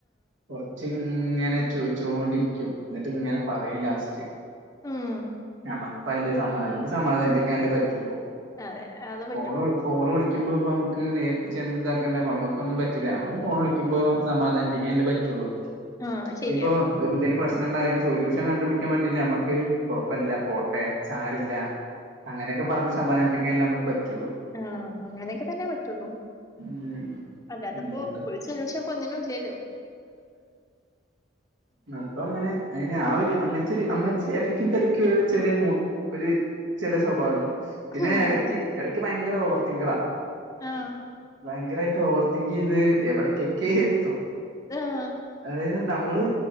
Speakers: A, on the right; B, on the left.
A: കൊറച്ച് ഇങ്ങനെ ചോയിച്ചോണ്ടിരിക്കും ഇന്നെട്ട്ങ്ങനെ പറയും ലാസ്റ്റ്
B: ഉം
A: അപ്പ നമുക്ക് സമാധാനപ്പിക്കാനല്ലേ പറ്റുള്ളു
B: അതെ. അതേ പറ്റുള്ളൂ.
A: ഫോൺ വിളി വിളിക്ക്മ്പോ നമുക്ക് നേരിട്ട് ചെന്ന് ഇതാക്കണ്ട നമ്മക്കൊന്നും പറ്റില്ല ഫോൺ വിളിക്കുമ്പോ സമാധാനം പിക്കാനല്ലേ പറ്റൊള്ളൂ
B: ആ! ശരിയാ.
A: ഇനിയിപ്പൊ ഒര് എന്തേലും പ്രശ്നണ്ടായാല് സൊല്യൂഷൻ കണ്ടുപിടിക്കാൻ പറ്റില്ലേ നമക്ക് കൊഴപ്പല്ല പോട്ടെ സാരല്ല അങ്ങനെയൊക്കെ പറഞ്ഞ് സമാധാനിപ്പിക്കാനല്ലേ നമക്ക് പറ്റൊള്ളൂ.
B: ആഹ് അങ്ങനെയൊക്കെ തന്നെ പറ്റൊള്ളൂ
A: ഉം
B: അല്ലാതപ്പോ
A: അതുകൊണ്ട്
B: ഫുൾ സൊല്യൂഷൻ ഇപ്പോ ഒന്നിനും ഇല്ലല്ലോ
A: അപ്പങ്ങനെ അങ്ങനെ ആ ഒരു അങ്ങനത്തൊര് അങ്ങനത്തെ എടക്കും തലയ്ക്കൊര് ചെറിയ മൂ ഒര് ചെറിയ സ്വഭാവം ഉണ്ട് പിന്നെ
B: ഹും.
A: ഇടയ്ക്ക് ഇടക്ക് ഭയങ്കര ഓവർ തിങ്കറാ
B: ആഹ്
A: ഭയങ്കരായിട്ട് ഓവർത്തിങ്കെയ്ത് എവിട്ക്കെക്കെ എത്തും.
B: ആഹ്
A: അതായത് നമ്മള്